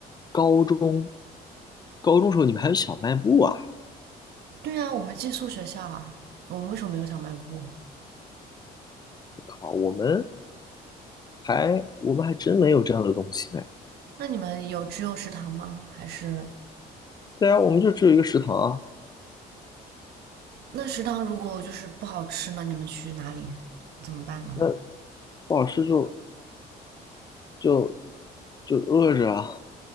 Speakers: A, on the left; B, on the right.
A: 高中，高中时候你们还有小卖部啊？
B: 对啊，我们寄宿学校啊，我们为什么没有小卖部？
A: 靠，我们。还我们还真没有这样的东西呢。
B: 那你们有只有食堂吗？还是
A: 对啊，我们就只有一个食堂啊，
B: 那食堂如果就是不好吃呢？你们去哪里？怎么办呢？
A: 那不好吃就就就饿着啊。